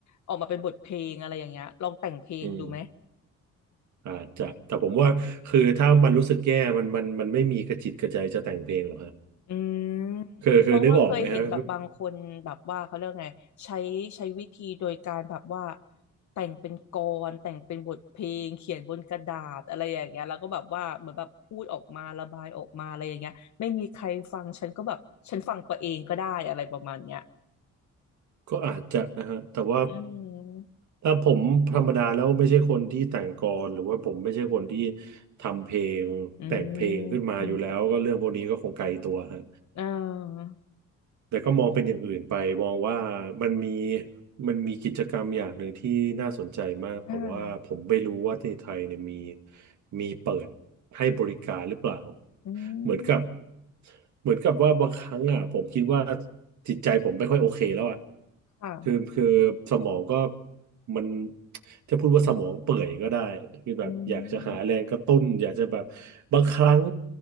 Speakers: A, on the left (about 65°); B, on the right (about 70°).
A: ออกมาเป็นบทเพลงอะไรอย่างเงี้ยลองแต่งเพลงดูไหม
B: อืมอาจจะแต่ผมว่าคือถ้ามันรู้สึกแย่มันมันมันไม่มีกระจิตกระใจจะแต่งเพลงหรอกฮะ
A: อืม
B: คือคือนึกออกไหมฮะ
A: เพราะว่าเคยเห็นแบบบางคนแบบว่าเขาเรียกไงใช้ใช้วิธีโดยการแบบว่าแต่งเป็นกลอนแต่งเป็นบทเพลงเขียนบนกระดาษอะไรอย่างเงี้ยแล้วก็แบบว่าเหมือนแบบพูดออกมาระบายออกมาอะไรอย่างเงี้ยไม่มีใครฟังฉันก็แบบฉันฟังตัวเองก็ได้อะไรประมาณเนี้ย
B: ก็อาจจะนะฮะแต่ว่า
A: อืม
B: ถ้าผมธรรมดาแล้วไม่ใช่คนที่แต่งกลอนหรือว่าผมไม่ใช่คนที่ทำเพลงแต่งเพลงขึ้นมาอยู่แล้วก็เรื่องพวกนี้ก็คงไกลตัวฮะ
A: อืมอ่า
B: แต่ก็มองเป็นอย่างอื่นไปมองว่ามันมีมันมีกิจกรรมอย่างหนึ่งที่น่าสนใจมากแต่ว่าผมไม่รู้ว่าที่ไทยเนี่ยมี
A: อ่า
B: มีเปิดให้บริการหรือเปล่า
A: อื
B: เหมือนกับ
A: ม
B: เหมือนกับว่าบางครั้งอ่ะผมคิดว่าจิตใจผมไม่ค่อยโอเคแล้วอ่ะ
A: ค่ะ
B: คือคือสมองก็ มันจะพูดว่าสมองเปื่อยก็ได้คือแบบอยากจะหาแรงกระตุ้นอยากจะแบบ
A: อืม
B: บางครั้ง